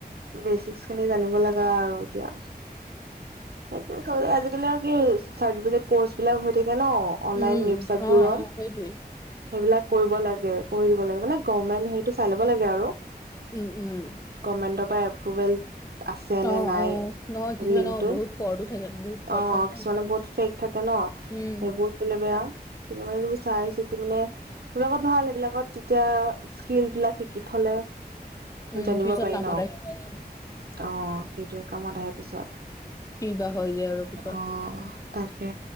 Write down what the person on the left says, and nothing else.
উম,
অ', অ', সেইটোৱেই।
উম, উম।
অ',
অ', নহয় কিছুমান
অ', বহুত ফ্ৰডো থাকে বহুত ফ্ৰড
থাকে
ন।
উম।
উম,
পিছত
কামত
আহিব নোৱাৰিম,
কি বা হয়গে আৰু পিছত।